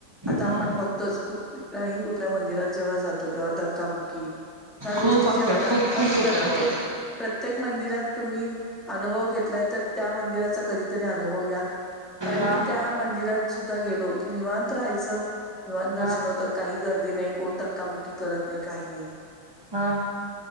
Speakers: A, in the centre; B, on the right.
A: आता
B: ह
A: आपण बघतोच, कुठल्याही कुठल्या मंदिरात जेव्हा जातो तेव्हा धक्काबुक्की ह्या गोष्टी
B: खूप असत्या
A: जे होतात,
B: खूप
A: पण
B: खूप होत्या
A: प्रत्येक
B: होय.
A: प्रत्येक मंदिरात तुम्ही अनुभव घेतलाय, तर त्या मंदिरात त्याचा कधीतरी अनुभव घ्या, कारण
B: हा
A: की त्या मंदिरात सुद्धा गेलो, की निवांत राहायचं. निवांत दर्शन
B: हा
A: होतं. काही गर्दी नाही कोण धक्काबुक्की करत नाही काही नाही.
B: हा.